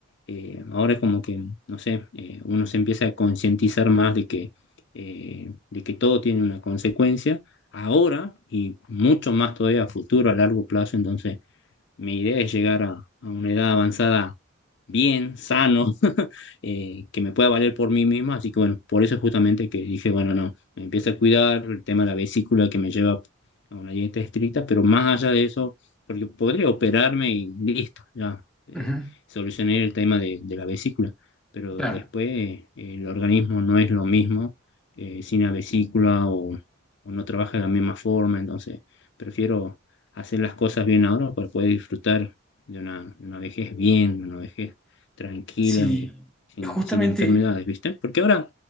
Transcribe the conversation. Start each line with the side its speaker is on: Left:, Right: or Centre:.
Left: eh, ahora como que, no sé, eh, uno se empieza a concientizar más de que, eh, de que todo tiene una consecuencia, ahora y mucho más todavía a futuro, a largo plazo. Entonces, mi idea es llegar a, a una edad avanzada bien, sano, eh, que me pueda valer por mí misma. Así que bueno, por eso justamente que dije, bueno, no, me empiezo a cuidar el tema de la vesícula que me lleva a una dieta estricta, pero más allá de eso, porque podría operarme y listo, ya eh,
Centre: Ujú.
Left: solucioné el tema de, de la vesícula, pero
Centre: Claro.
Left: después eh, el organismo no es lo mismo eh, sin la vesícula o, o no trabaja de la misma forma, entonces prefiero hacer las cosas bien ahora para poder disfrutar de una, de una vejez bien, de una vejez tranquila
Centre: Sí,
Left: y, sin,
Centre: justamente,
Left: sin enfermedades, ¿viste? Porque ahora,